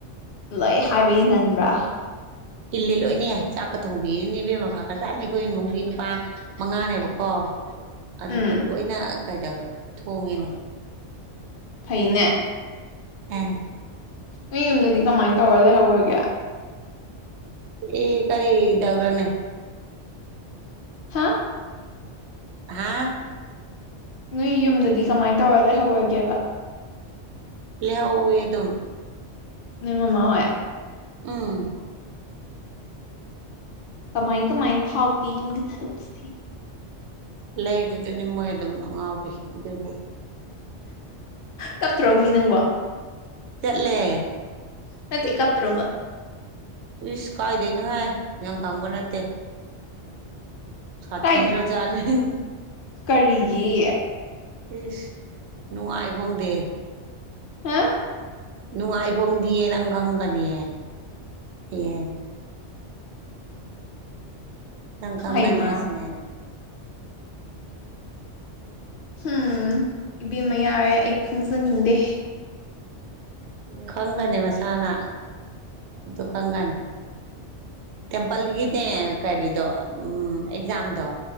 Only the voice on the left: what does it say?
ꯂꯣꯏ ꯍꯥꯏꯕ ꯏꯟꯍꯟꯕ꯭ꯔꯥ
ꯎꯝ
ꯐꯩꯅꯦ
ꯅꯣꯏ ꯌꯨꯝꯗꯗꯤ ꯀꯃꯥꯏꯅ ꯇꯧꯔꯥ ꯂꯩꯍꯧꯔꯒꯦ
ꯍꯥ
ꯅꯣꯏ ꯌꯨꯝꯗꯗꯤ ꯀꯃꯥꯏꯅ ꯇꯧꯔ ꯂꯩꯍꯧꯔꯒꯦꯕ
ꯅꯣꯏ ꯃꯃꯥ ꯍꯣꯏ
ꯀꯃꯥꯏ ꯀꯃꯥꯏ ꯐꯥꯎꯒꯦ ꯌꯨꯝꯒꯤ ꯊꯥꯗꯣꯛꯛꯄꯁꯦ
ꯀꯞꯇ꯭ꯔꯣ ꯃꯤ ꯅꯪꯕ
ꯅꯠꯇꯦ ꯀꯞꯇ꯭ꯔꯣꯕ
ꯀꯥꯏ
ꯀꯔꯤꯒꯤ
ꯍꯥ
ꯍꯩꯃꯥ
ꯍꯨꯝ ꯏꯕꯦꯝꯃ ꯌꯥꯔꯦ ꯑꯩ ꯈꯪꯖꯅꯤꯡꯗꯦ